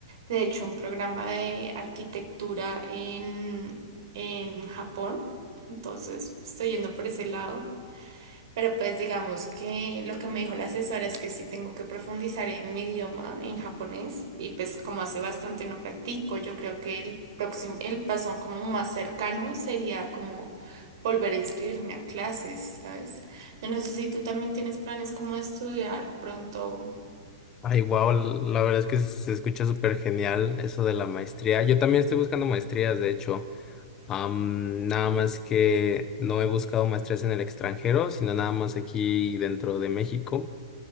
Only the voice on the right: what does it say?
de hecho, un programa de arquitectura en, en Japón. Entonces estoy yendo por ese lado. Pero pues digamos que lo que me dijo la asesora es que sí tengo que profundizar en mi idioma, en japonés, y pues como hace bastante no practico, yo creo que el próximo, el paso como más cercano sería como volver a inscribirme a clases, ¿sabes? Yo no sé si tú también tienes planes como de estudiar pronto.